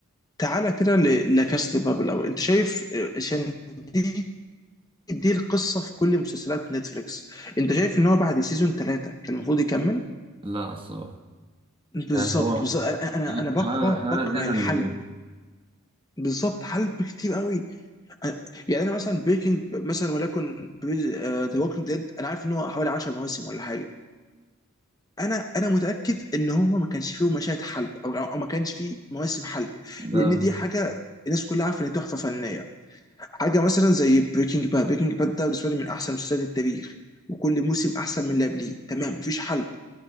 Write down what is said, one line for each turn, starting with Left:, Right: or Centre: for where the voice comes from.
Left: تعالى كده ل- لكاست بابل او انت شايف آه، عشان دي دي القصه في كل مسلسلات نتفليكس انت شايف ان هو بعد سيزون ثلاثه كان المفروض يكمل
Right: لا الصراحه
Left: بالظبط
Right: يعني هو
Left: بالظبط انا انا أنا بكره
Right: هلا هلا
Left: بكره
Right: زياده
Left: الحلب
Right: عن اللزوم.
Left: بالظبط حلب كتير قوي أنا- يعني انا مثلا بريكنج مثلا ولكن ذا ووكينج ديد انا عارف ان هو حوالي 10 مواسم ولا حاجه انا انا متاكد ان هو ما كانش فيه مشاهد حلب او او ما كانش فيه مواسم حلب
Right: مم.
Left: لان دي حاجه الناس كلها عارفه ان دي تحفه فنيه حاجه مثلا زي بريكنج باد بريكنج باد ده بالنسبه لي من احسن مسلسلات التاريخ وكل موسم احسن من اللي قبليه تمام مفيش حلب